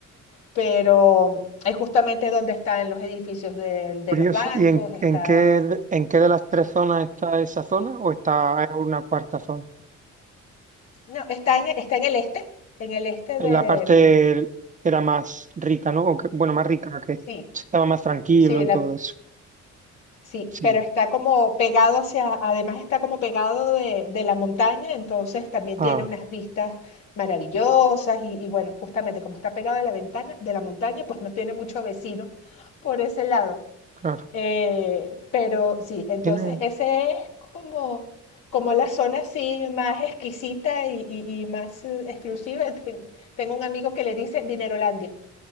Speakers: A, on the left; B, on the right.
A: pero es justamente donde están los edificios de, de
B: Curioso.
A: los bancos,
B: ¿Y en,
A: está
B: en qué, en qué de las tres zonas está esa zona o está en una cuarta zona?
A: No, está en, e, está en el este, en el este
B: En
A: de...
B: la parte
A: mm,
B: que era más rica, ¿no? O que- bueno, más rica, que
A: Sí,
B: estaba más tranquilo
A: sí,
B: y
A: la,
B: todo eso.
A: sí,
B: Sí.
A: pero está como pegado hacia, además está como pegado de, de la montaña, entonces también
B: Ah,
A: tiene unas vistas maravillosas y, y bueno, justamente como está pegado de la ventana, de la montaña, pues no tiene mucho vecino por ese lado.
B: claro.
A: Eh, pero sí, entonces
B: Tiene
A: ese es como, como la zona así más exquisita y, y- y más eh, exclusiva. Ten- Tengo un amigo que le dice Dinerolandia.